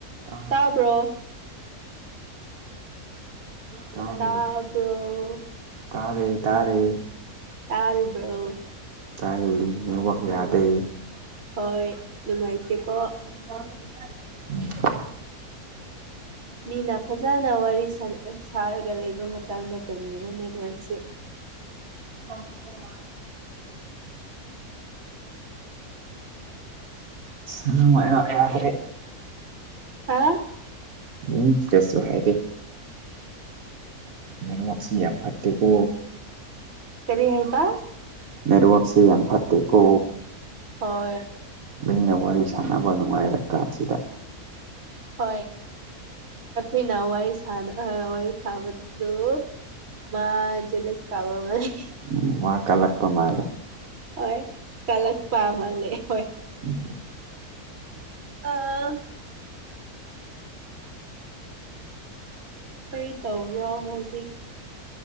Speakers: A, on the right; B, on the right.
A: ꯇ
B: ꯇꯥꯕ꯭ꯔꯣ
A: ꯇꯥꯔ
B: ꯇꯥꯕ꯭ꯔꯣ
A: ꯇꯥꯔꯦ ꯇꯥꯔꯦ
B: ꯇꯔꯕꯣ
A: ꯆꯥꯔꯛꯏ ꯅꯅꯤꯋꯥꯛ ꯌꯥꯗꯩ
B: ꯍꯣꯏꯅꯨꯡꯉꯥꯏꯇꯀꯣ
A: ꯃ
B: ꯃꯤꯅ ꯐꯖꯅ ꯋꯥꯔꯤ ꯁꯥꯔꯒ ꯂꯩꯕ ꯃꯇꯝꯗ ꯀꯔꯤꯒꯤꯅꯣ ꯅꯦꯠꯋꯔꯛꯁꯨ
A: ꯎ ꯑꯗꯨꯥꯏ ꯌꯥꯈ꯭ꯔꯦ
B: ꯍꯥꯥ
A: ꯎꯝ ꯆꯠꯁ ꯍꯥꯏꯗꯗꯤ ꯅꯦꯠꯋꯥꯛꯁꯤ ꯌꯥꯝ ꯐꯠꯇꯦꯀꯣ
B: ꯀꯔꯤ ꯍꯥꯏꯕ
A: ꯅꯦꯠꯋꯔꯛꯁꯦ ꯌꯥꯝ ꯐꯠꯇꯦꯀꯣ
B: ꯍꯣꯏ
A: ꯃꯤꯅ ꯋꯥꯔꯤ ꯁꯥꯟꯅꯕ ꯅꯨꯡꯉꯥꯏꯔ ꯀꯥꯟꯁꯤꯗ
B: ꯍꯣꯏ ꯑꯩꯈꯣꯏꯅ ꯋꯥꯔꯤ ꯋꯥꯔꯤ ꯁꯥꯕꯗꯨ ꯃꯥ ꯖꯂꯁ ꯀꯕ ꯃꯅꯤ
A: ꯎꯝ ꯋꯥ ꯀꯜꯂꯛꯄ ꯃꯥꯜꯂꯦ
B: ꯍꯣꯏ ꯀꯂꯛ ꯄꯃ ꯂꯩꯦ ꯍꯣꯏ
A: <unintelligible>
B: ꯑꯥ ꯀꯔꯤ ꯇꯧꯕ꯭ꯔꯣ ꯍꯧꯖꯤꯛ